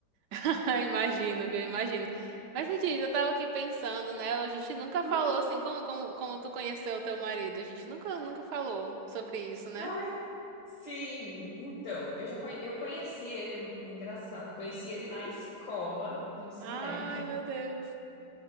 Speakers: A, on the right; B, on the left.
A: <laughs> Imagino, viu? Imagino. Mas me diz, eu tava aqui pensando, né? A gente nunca
B: Uhum.
A: falou assim, como, como, como tu conheceu o teu marido? A gente nunca, nunca falou sobre isso, né?
B: Ai, sim, então, eu já conhe- eu conheci ele, é é engraçado, conheci ele na escola, no ensino
A: Ai,
B: médio.
A: meu Deus.